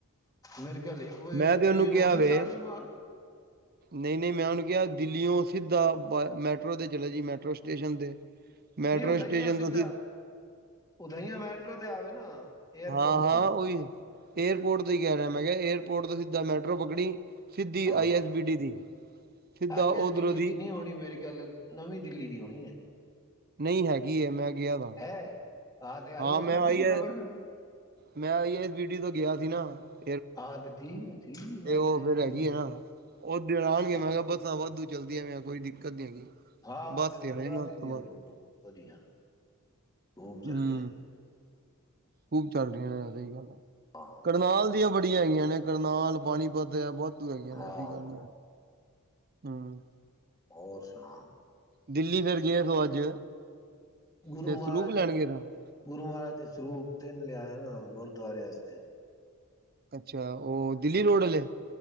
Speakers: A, on the left; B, on the right.
A: ਮੇਰੇ ਗਲੇਈ
B: ਮੈਂ ਤੇ
A: ਟ੍ਰਰੇਨ
B: ਉਹਨੂੰ ਕਿਹਾ
A: ਹੋਣੀ
B: ਵੇ
A: ਸਾਲੀ ਮਾਰ।
B: ਨਹੀਂ ਨਹੀਂ ਮੈਂ ਉਹਨੂੰ ਕਿਹਾ ਦਿੱਲੀਓ ਸਿੱਧਾ ਮੈਟਰੋ ਤੇ ਚਲੇ ਜੀ ਮੈਟਰੋ ਸਟੇਸ਼ਨ ਤੇ ਮੈਟਰੋ
A: ਨਹੀਂ ਉਥਾਈਆਂ
B: ਸਟੇਸ਼ਨ
A: ਸਿੱਧਾ
B: ਤੋਂ
A: ਉਥਾਈਆਂ ਮੈਟਰੋ ਤੇ ਆਵੇ ਨਾ ਏਅਰਪੋਰਟ
B: ਹਾਂ ਹਾਂ
A: ਤੋਂ ਹੀ।
B: ਉਹੀ ਏਅਰਪੋਰਟ ਹੀ ਕ ਰਿਹਾ ਮੈਂ ਕਿਹਾ ਏਅਰ ਰ ਤੋਂ ਸਿੱਧਾ ਮੈਟਰੋ ਪਕੜੀ ਸਿੱਧੀ
A: ਆਹੋ
B: ਆਈ ਐੱਸ ਬੀ ਡੀ ਦੀ। ਸਿੱਧਾ
A: ਆਈ ਐਸ
B: ਉਧਰੋਂ
A: ਬੀ ਟੀ ਦੀ ਨੀ ਹੋਣੀ ਮੇਰੇ ਖਿਆਲ ਨਵੀਂ ਦਿੱਲੀ ਦੀ ਹੋਣੀ ਹੈ।
B: ਨਹੀਂ ਹੈਗੀ ਮੈਂ ਗਿਆ ਤਾਂ।
A: ਹੈ ਤੇ
B: ਹਾਂ
A: ਐਸ
B: ਮੈਂ
A: ਬੀ
B: ਆਈ
A: ਟੀ ਦੀ
B: ਹੈ
A: ਪਕੜ ਲੈ
B: ਮੈਂ ਆਈਏ ਇਸ ਬੀਟੀ ਤੋਂ ਗਿਆ ਸੀ। <unintelligible>
A: ਹਾਂ ਤੇ ਠੀਕ ਠੀਕ ਹੈ
B: ਤੇ
A: ਆਈ
B: ਉਹ
A: ਐਸ ਬੀ
B: ਫੇਰ ਹੈਗੀ
A: ਟੀ ਹੋ
B: ਆ ਨਾ ਉਹ ਦਿਨ ਆਉਣਗੇ
A: ਹਾਂ
B: ਮੈਂ ਕਿਹਾ ਬੱਸਾਂ ਵਾਧੂ ਜਲਦੀਆਂ ਮੈਂ ਕੋਈ ਦਿੱਕਤ ਨਹੀਂ ਹੈਗੀ।
A: ਹਾਂ
B: ਬੱਸ
A: ਜਗਾਧਰੀ
B: ਤੇ ਆਏ ਨਾ ਉਸ
A: ਦੀਆਂ
B: ਤੋਂ ਬਾਅਦ
A: ਦੋਨੋ ਵਧੀਆ। ਖੂਬ ਚਲਦੀਆਂ
B: ਹਮ ਖੂਬ ਚੱਲ ਰਹੀਆਂ ਐ। ਸਹੀ ਗੱਲ ਐ,
A: ਹਾਂ
B: ਕਰਨਾਲ ਦੀਆਂ ਬੜ ਇਥੇ ਹੈਗੀਆਂ ਨੇ ਕਰਨਾਲ ਪਾਣੀਪਤ ਬਹੁਤ ਹੈਗੀਆਂ ਨੇ
A: ਹਾਂ
B: ਇਹਦੀ ਗੱਲ ਨਹੀਂ। ਹਾਂ।
A: ਹੋਰ ਸੁਣਾ?
B: ਦਿੱਲੀ ਫੇਰ ਗਏ ਸੋ ਅੱਜ
A: ਗੁਰੂ
B: ਤੇ ਸਰੂਪ
A: ਮਹਾਰਾਜ
B: ਲੈਣ
A: ਦੇ
B: ਗਏ ਸੋ
A: ਗੁਰੂ ਮਹਾਰਾਜ ਦੇ ਸਰੂਪ ਤਿਨ ਲਿਆਇ ਨਾ ਗ ਗੁਰਦੁਆਰੇ ਵਾਸਤੇ।
B: ਅੱਛਾ। ਅੱਛਾ ਉਹ ਦਿੱਲੀ ਰੋਡ ਵਾਲੇ,